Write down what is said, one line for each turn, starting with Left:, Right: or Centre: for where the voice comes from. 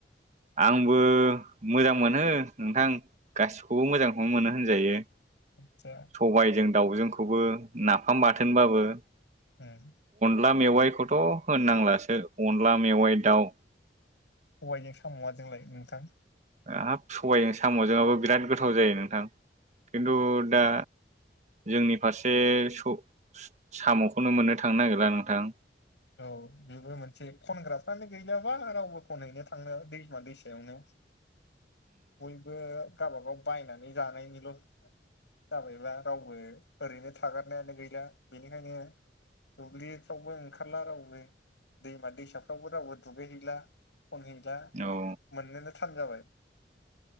Right: आंबो मोजां मोनो नोंथां गासिबखौबो मोजांखौनो मोनो होनजायो।
Left: आदसा
Right: सबायजों दाउजोंखौबो नाफाम बाथोनबाबो।
Left: ओम।
Right: अनला मेवाइखौथ होननांलासो अनला मेवाइ दाउ
Left: सबायाइजों सामआ जोंलाय नोंथां
Right: हाब सबायजों सामजोंहाबो बिराद गोथाव जायो नोंथां खिन्थु दा जोंनि फारसे स सामखौनो मोननो थांनो नागिरा नोंथां।
Left: औ बेबो मोनसे खनग्राफ्रानो गैलााबा रावबो खनहैनो थांला दैमा दैसायावनो।
Right: <inaudible>
Left: बयबो गावबागाव बायनानै जानायनिल जाबायब्ला रावबो ओरैनो थागारनायानो गैला बेनिखायनो दुब्लिफ्रावबो ओंखारला रावबो दैमा दैसाफ्रावबो रावबो दुगैहैला फनहैला
Right: औ
Left: मोननोनो थान जाबाय।